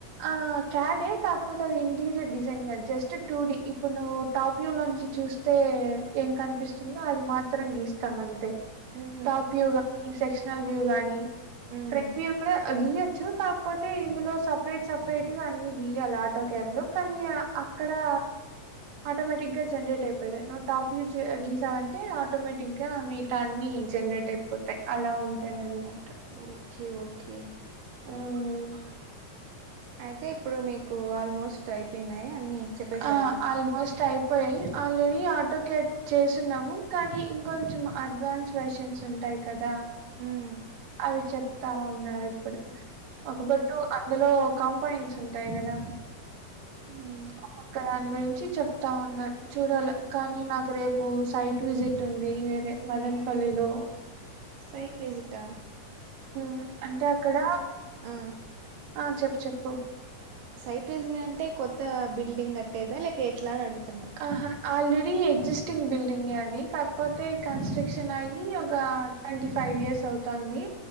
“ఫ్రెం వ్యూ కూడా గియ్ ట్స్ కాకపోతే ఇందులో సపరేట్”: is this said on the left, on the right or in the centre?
Right